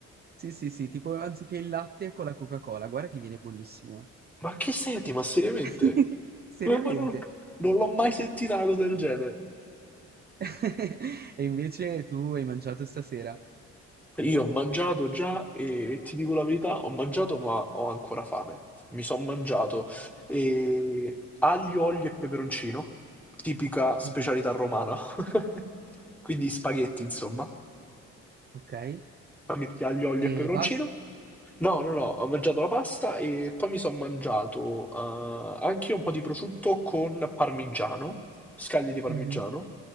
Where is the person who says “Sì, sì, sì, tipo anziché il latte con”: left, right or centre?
Right